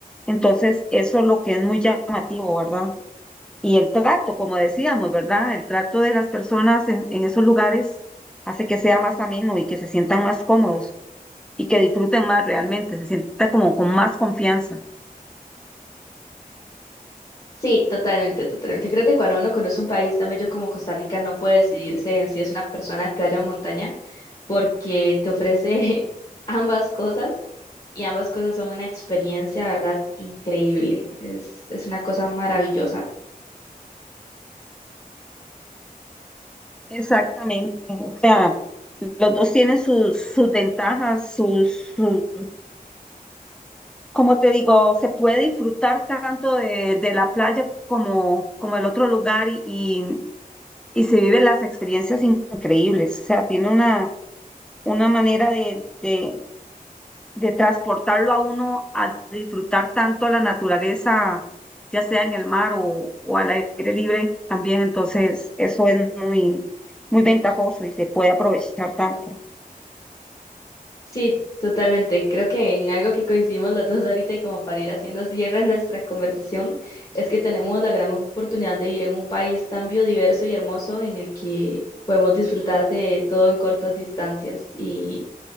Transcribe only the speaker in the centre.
Entonces, eso es lo que es muy llamativo, ¿verdad? Y el trato, como decíamos, ¿verdad? El trato de las personas en, en esos lugares hace que sea más ameno y que se sientan más cómodos y que disfruten más realmente, se sienta como con más confianza.
Exactamente, o sea, los dos tienen sus, sus ventajas, sus, sus- como te digo, se puede disfrutar tanto de, de la playa como, como el otro lugar y, y, y se viven las experiencias increíbles, o sea, tiene una, una manera de, de, de transportarlo a uno a disfrutar tanto la naturaleza, ya sea en el mar o, o al aire libre también, entonces eso es muy, muy ventajoso y se puede aprovechar tanto.